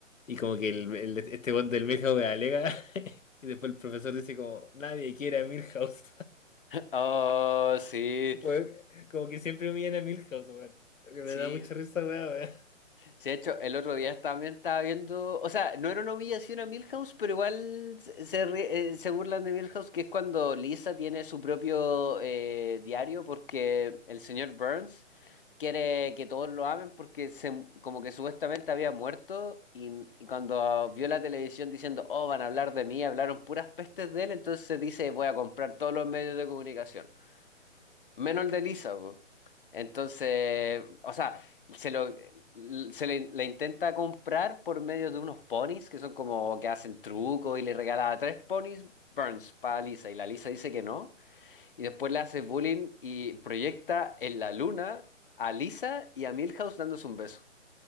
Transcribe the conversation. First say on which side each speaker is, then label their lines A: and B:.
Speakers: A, on the left; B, on the left.
A: Y como que el, el- este bot del Milhouse alega <laughs> y después el profesor dice como, nadie quiere a Milhouse.
B: Oh, sí.
A: Weón, como que siempre humillan a Milhouse, weón. Que me
B: Sí,
A: da mucha risa, weón, weón.
B: Sí, de hecho, el otro día también estaba viendo, o sea, no era una humillación a Milhouse, pero igual se, se ríe- eh, se burlan de Milhouse, que es cuando Lisa tiene su propio eh, diario, porque el señor Burns quiere que todos lo amen, porque se, como que supuestamente había muerto, y, y cuando vio la televisión diciendo, oh, van a hablar de mí, hablaron puras pestes de él, entonces dice, voy a comprar todos los medios de comunicación menos el de Lisa, po. Entonces, o sea, se lo se le, le intenta comprar por medio de unos ponis que son como que hacen trucos y le regala tres ponis Burns para Lisa y la Lisa dice que no y después le hace bullying y proyecta en la luna a Lisa y a Milhouse dándose un beso.